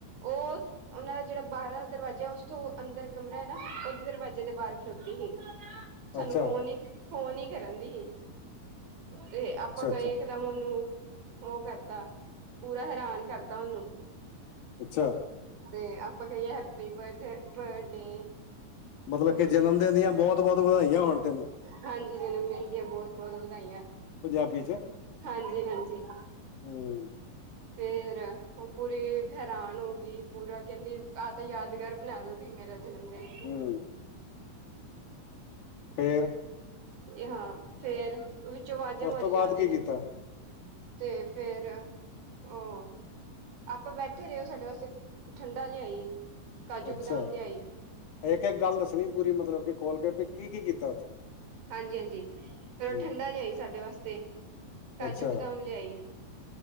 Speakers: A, on the right (about 75°); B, on the left (about 70°).
A: ਉਠ ਉਹਨਾਂ ਦਾ ਜਿਹੜਾ ਬਾਹਰਾਂ ਦਰਵਾਜ਼ਾ ਉਸ ਤੋਂ ਅੰਦਰ ਕਮਰਾ ਹੈ ਨਾ ਉਹਦੇ ਦਰਵਾਜ਼ੇ ਦੇ ਬਾਹਰ ਖਲੋਤੀ ਸੀ ਸਾਨੂੰ
B: ਅੱਛਾ
A: ਫੋਨ ਹੀ ਫੋਨ ਹੀ ਕਰਡ ਰਿਹਾ ਤੇ ਆਪਾਂ ਗਏ
B: ਅੱਛਾ
A: ਦਮ ਉਹਨੂੰ ਉਹ ਕਰਤਾ ਪੂਰਾ ਹੈਰਾਨ ਕਰਤਾ ਉਹਨੂੰ
B: ਅੱਛਾ
A: ਤੇ ਆਪਾਂ ਕਹੀਏ ਹੈਪੀ ਬ ਬਰਡੇ
B: ਮਤਲਬ
A: ਟੂ
B: ਕਿ ਜਨਮ
A: ਯੂ
B: ਦਿਨ ਦੀਆਂ ਬਹੁਤ ਬਹੁਤ ਵਧਾਈਆਂ ਹੋਣ ਤੈਨੂੰ
A: ਹਾਂਜੀ ਜਨਮ ਦਿਨ ਦੀਆਂ ਬਹੁਤ ਬਹੁਤ ਵਧਾਈਆਂ
B: ਪੰਜਾਬੀ ਚ
A: ਹਾਂਜੀ ਹਾਂਜੀ
B: ਹਮ
A: ਫੇਰ ਉਹ ਪੂਰੀ ਹੈਰਾਨ ਹੋ ਗਈ ਪੂਰਾ ਕਹਿੰਦੀ ਆਹ ਤਾਂ ਯਾਦਗਾਰ ਬਣਾ ਦ ਤੁ ਮੇਰੇ <unintelligible>
B: ਹੂੰਨ ਫਰ
A: ਹਾਂ ਫੇਰ ਉਹ ਵਿੱਚੋਂ ਵਵਾਜ਼ੇ ਮਰੀ
B: ਉਸ ਤੋਂ
A: ਜਾਂਦੇ
B: ਬਾਅਦ ਕੀ
A: ਨੇ
B: ਕੀਤਾ
A: ਤੇ ਫੇਰ ਉਹ ਆਪਾਂ ਬੈਠੇ ਰਹੇ ਉਹ ਸਾਡੇ ਵਾਸਤੇ ਠੰਡਾ ਲਿਆਈ ਕਾਜੂ
B: ਅੱਛਾ
A: ਬਦਾਮ ਲਿਆਈ
B: ਇੱਕ ਇੱਕ ਗੱਲ ਦੱਸਣੀ ਪੂਰੀ ਮਤਲਬ ਕਿ ਖੋਲ ਕੇ ਕਿ ਕੀ ਕੀ ਕੀਤਾ ਉੱਥੇ
A: ਹਾਂਜੀ ਹਾਂਜੀ ਫਿਰ ਉਹ
B: ਹੂੰ
A: ਠੰਡਾ ਲਿਆਈ ਸਾਡੇ ਵਾਸਤੇ ਕਾਜੂ
B: ਅੱਛਾ
A: ਬਦਾਮ ਲਿਆਈ